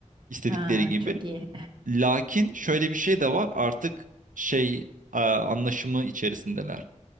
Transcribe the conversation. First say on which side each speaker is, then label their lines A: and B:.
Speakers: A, on the right; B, on the right.
A: istedikleri
B: Ha,
A: gibi.
B: çok iyi.
A: Lakin şöyle bir şey de var artık şey eee, anlaşımı içerisindeler.